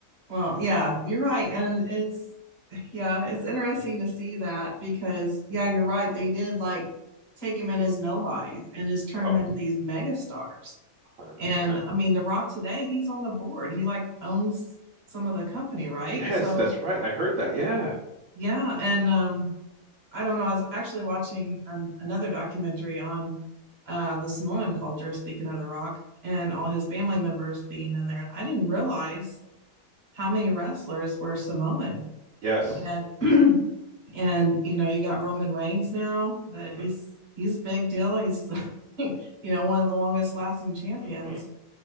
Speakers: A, on the right; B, on the right.
A: well, yeah, you're right. And it's, yeah, it's interesting to see that because, yeah, you're right. They did like take him in as nobodies and just
B: Yep,
A: turn him into these mega stars.
B: 100%.
A: And I mean, The Rock today, he's on the board. He like owns some of the company, right?
B: Yes,
A: So,
B: that's right. I heard that. Yeah.
A: yeah. And, um, I don't know. I was actually watching um, another documentary on uh, the Samoan culture, speaking of The Rock, and
B: hmm
A: all his family members being in there. And I didn't realize how many wrestlers were Samoan.
B: Yes.
A: And <clears throat> and you know, you got Roman Reigns now that
B: hmm
A: he's he's big deal. He's <laughs> you know one of the longest lasting champions,
B: hmm